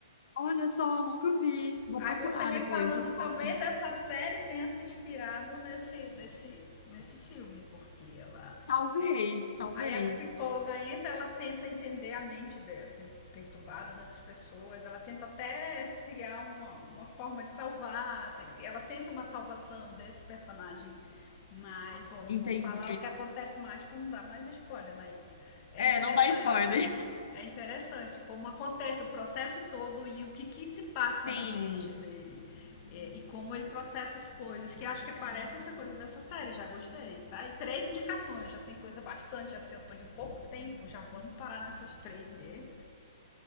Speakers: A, on the left; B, on the left.
A: Olha só, nunca vi. Vou
B: Aí
A: procurar
B: você me
A: depois,
B: falando,
A: eu
B: talvez
A: gosto.
B: essa série tenha se inspirado nesse, nesse, nesse filme, porque ela
A: Talvez, talvez.
B: Aí a psicóloga entra, ela tenta entender a mente dessa, perturbada dessas pessoas, ela tenta até criar uma, uma forma de salvar, ela tenta uma salvação desse personagem. Mas, bom, não
A: entendi
B: vou falar o que acontece mais para não dar mais spoiler, mas é
A: É,
B: interessante.
A: não dá spoiler.
B: É interessante como acontece o processo todo e o que, que se passa
A: Sim.
B: na mente dele. É, e como ele processa as coisas, que acho que parece essa coisa dessa série, já gostei, tá? E três indicações, já tem coisa bastante, assim, eu tô em pouco tempo, já vamos parar nessas três mesmo.